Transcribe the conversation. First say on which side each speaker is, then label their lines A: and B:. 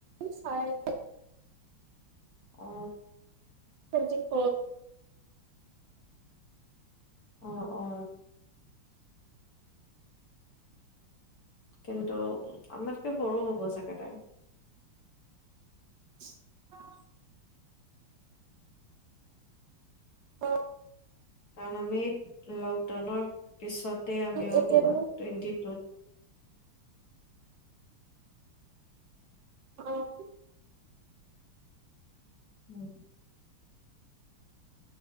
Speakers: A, on the right; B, on the left.
A: চাৰ
B: অ
A: তজি ফ
B: আহ অ কিন্তু আমাতকে সৰু হ'ব চাগে তাই
A: <inaudible> অ
B: আমি লকডাউনৰ <unintelligible> পিছতে আমি
A: এতিয়া
B: ওলোৱা
A: তুমি
B: টুৱেণ্টি টুত
A: আহ
B: উম